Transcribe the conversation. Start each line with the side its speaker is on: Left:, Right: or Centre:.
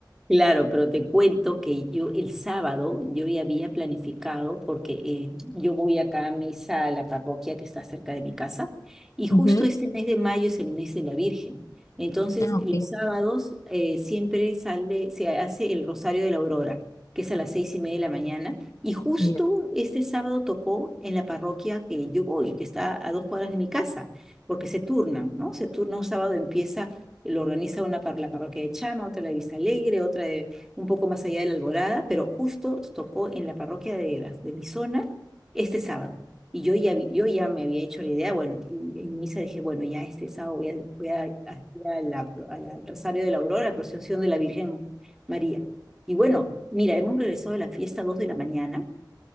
Centre: Claro, pero te cuento que yo el sábado yo ya había planificado porque eh, yo voy acá a misa a la parroquia que está cerca de mi casa y justo
Left: Ujú.
Centre: este mes de mayo es el mes de la Virgen. Entonces
Left: Ah, ok.
Centre: los sábados eh, siempre sale, se hace el Rosario de la Aurora, que es a las seis y media de la mañana y justo
Left: Ya.
Centre: este sábado tocó en la parroquia que yo voy, que está a dos cuadras de mi casa, porque se turnan, ¿no? Se turna un sábado empieza lo organiza una par- la parroquia de Chama, otra la de Vista Alegre, otra de- un poco más allá de la Alborada, pero justo tocó en la parroquia de, la- de mi zona este sábado. Y yo ya, vi- yo ya me había hecho la idea, bueno, y en misa dije, bueno, ya este sábado voy a, voy a, a- a la- a la- al Rosario de la Aurora, la procesión de la Virgen María. Y bueno, mira, hemos regresado a la fiesta a 2 de la mañana,